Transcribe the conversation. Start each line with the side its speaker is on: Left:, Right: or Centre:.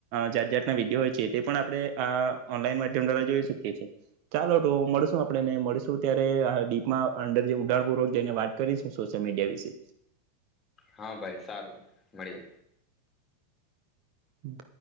Right: જાત જાતના વિડીયો હોય છે તે પણ આપણે ઓનલાઈન માધ્યમ દ્વારા જોઈ શકીએ ચાલો તો મળશું આપને મળીશું ત્યારેડીપમાં અંદર જે ઊડાણપૂર્વક છેને વાત કરીશું સોશિયલ મીડિયા વિશે
Left: હા ભાઈ સારું મળીએ
Right: હમ